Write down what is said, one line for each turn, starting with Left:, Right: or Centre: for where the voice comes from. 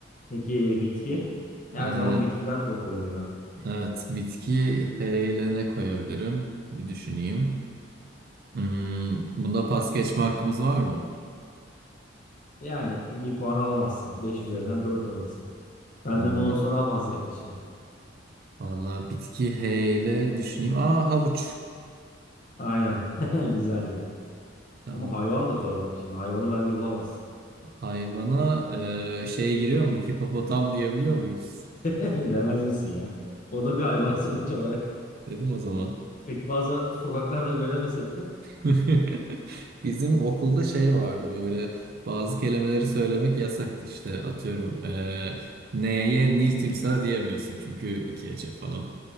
Left: Peki bitki? Her
Right: Ee,
Left: zaman bitkiler zor oluyor ya.
Right: evet. Bitki H ile ne koyabilirim? Bir düşüneyim. Hmm, bunda pas geçme hakkımız var mı?
Left: Yani bir puan alamazsın. beş üzerinden 4 alırsın. Ben
Right: Hmm,
Left: de mouse'a daha fazla yaklaşırım.
Right: valla bitki H ile düşüneyim. Aa havuç.
Left: Aynen. <laughs> Güzeldi.
Right: Tamam.
Left: Ama hayvan da zor bak şimdi. Hayvanı bence bulamazsın.
Right: Hayvana e, şey giriyor mu? Hipopotam diyebiliyor muyuz?
Left: <laughs> Demez misin ya? O da bir hayvan <laughs> sonuç olarak.
Right: Dedim o zaman.
Left: Pek fazla sokaklarda göremesek de.
Right: <laughs> Bizim okulda şey vardı böyle bazı kelimeleri söylemek yasaktı işte atıyorum eee neye Nil timsah diyemiyorsun çünkü iki ece falan.